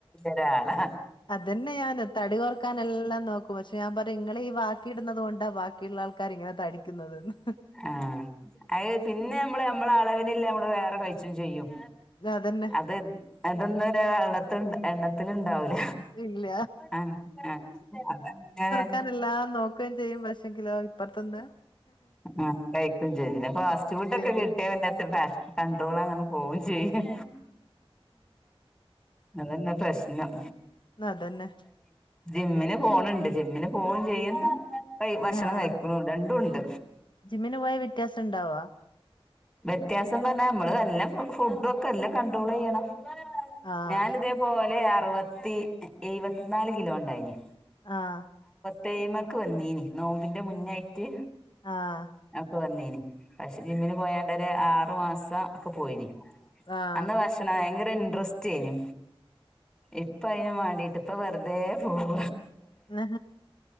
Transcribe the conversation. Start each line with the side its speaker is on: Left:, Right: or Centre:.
Centre: ഒരാളാ
Left: അത്ന്നെ ഞാന് തടി കൊർക്കാൻ എല്ലാം നോക്കും പക്ഷെ പക്ഷെ ഞാൻ പറയായും ഇങ്ങളെ ഈ ബാക്കി ഇടുന്നുന്നത് കൊണ്ടാ ബാക്കിയുള്ള ആൾക്കാർ ഇങ്ങനെ തടിക്കുന്നത്ന്ന്
Centre: ആഹ് അത് പിന്നെ നമ്മള് നമ്മള അളവിനില്ല നമ്മള് വേറെ കഴിച്ചും ചെയ്യും
Left: അതന്നെ.
Centre: അത് അതന്ന് വെള്ളത്തിണ്ട് എണ്ണത്തില ഉണ്ടാവുല
Left: ഇല്ല.
Centre: അങ്ങനെ
Left: നല്ല നോക്കുകയും ചെയ്യും പക്ഷെങ്കിലോ ഇപ്പറത്തന്ന്
Centre: ആ കഴിക്കയും ചെയും ഫാസ്റ്റ് ഫുഡ് ഒക്കെ കിട്ടിയ
Left: ചെയ്യും.
Centre: പിന്നെ കണ്ട്രോൾ അങ്ങനെ പോകും ചെയ്യും അതന്നെ പ്രശ്നം
Left: അതന്നെ.
Centre: ജിമ്മിന് പോണണ്ട് ജിമ്മന് പോവും ചെയ്യും. ഭക്ഷണം
Left: ആഹ്.
Centre: കഴിക്കുന്നുണ്ടും രണ്ടും ഉണ്ട്.
Left: ജിമ്മിന് പോയ വ്യത്യാസംണ്ടാവോ.
Centre: വ്യത്യാസം പറഞ്ഞാ നമ്മള് എല്ലാം ഫുഡും ഒക്കെ എല്ലാം കണ്ട്രോൾ ചെയ്യണം.
Left: ആഹ്.
Centre: ഞാന ഇതേപോലെ അറുപത്തി എഴുപത്തിനാല് കിലോ ഉണ്ടായിന്.
Left: ആഹ
Centre: തേഴ്മക്ക് വന്നീനി നോമ്പിന്റെ മുന്നായിട്ട്.
Left: ആഹ
Centre: ഒ വന്നീന് പക്ഷെ ജിമ്മിന് പോയാണ്ട ഒരു ആറു മാസം ഒക്കെ പോയിന്.
Left: ആഹ്.
Centre: അന്ന ഭക്ഷണ <unintelligible> ഇൻട്രസ്റ്റ് എനി ഇപ്പ അതിന് മാണ്ടിട്ട് ഇപ്പ വെറുതെ പോവ.
Left: ആ